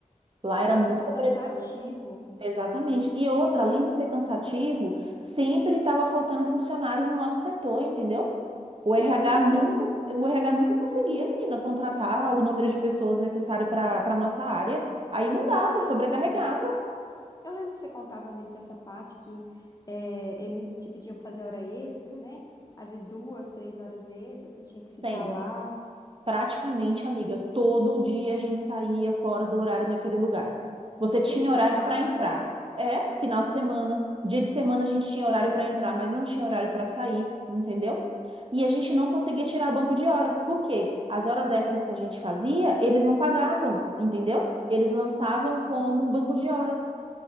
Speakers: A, on the right (about 45°); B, on the left (about 30°).
A: Lá era muita
B: muito cansativo.
A: pressão. Exatamente. E outra, além de ser cansativo, sempre estava faltando funcionário no nosso setor, entendeu? O
B: Eu lembro
A: RH
B: que
A: nunca,
B: você,
A: o RH nunca conseguia, menina, contratar o número de pessoas necessário para para nossa área. Aí não dava,
B: eu lembro.
A: sobrecarregava
B: Eu lembro que você contava mesmo dessa parte que é, eles te pediam pra fazer hora extra, né? Às vezes duas, três horas extras, você tinha que ficar
A: sempre.
B: lá.
A: Praticamente, amiga, todo dia a gente saía fora do horário naquele lugar. Você tinha
B: Fim de semana,
A: horário para entrar.
B: né?
A: É, final de semana, dia de semana a gente tinha horário para entrar, mas não tinha horário para sair, entendeu? E a gente não conseguia tirar banco de horas. Por quê? As horas extras que a gente fazia, eles não pagavam, entendeu? Eles lançavam
B: Nossa,
A: como um banco de horas.